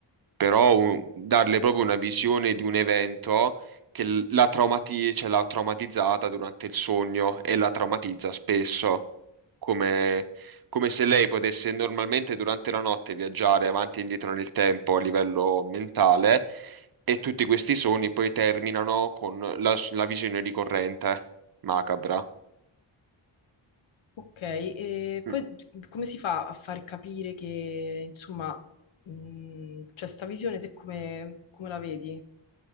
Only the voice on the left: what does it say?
Ok, e poi
come si fa a far capire che, insomma, mh, c'è sta visione, te come, come la vedi?